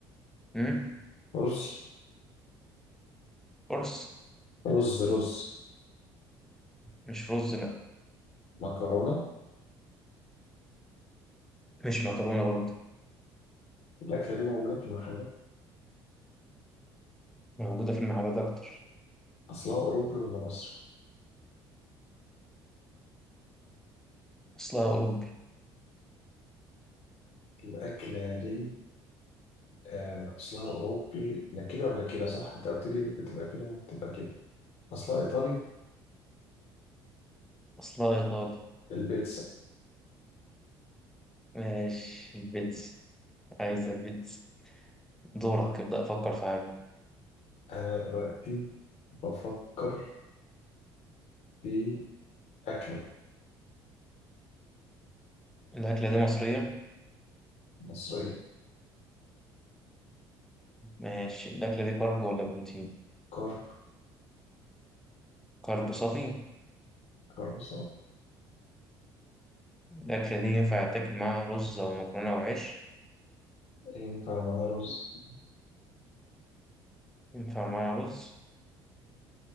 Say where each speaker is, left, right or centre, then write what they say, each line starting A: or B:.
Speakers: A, in the centre; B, on the left.
A: مم،
B: رز
A: رز
B: رز رز
A: مش رز لأ
B: مكرونة
A: مش مكرونة برضه
B: الأكلة دي موجودة في المحلات
A: موجودة في المحلات أكتر
B: أصلها أوروبي ولا مصري؟
A: أصلها أوروبي
B: الأكلة دي آه، أصلها أوروبي لا كده ولا كده صح؟ أنت قلت لي بتبقى كده وبتبقى كده أصلها إيطالي
A: أصلها إيطالي
B: البيتزا
A: ماشي البيتزا عايزة البيتزا دورك ابدأ أفكر في حاجة
B: أنا دلوقتي بفكر في أكلة
A: الأكلة دي مصرية
B: مصرية
A: ماشي الأكلة دي كارب ولا بروتين
B: كرب
A: كارب صافي
B: كرب صافي
A: الأكلة دي ينفع تاكل معاها رز أو مكرونة أو عيش
B: ينفع مع رز
A: ينفع معاها رز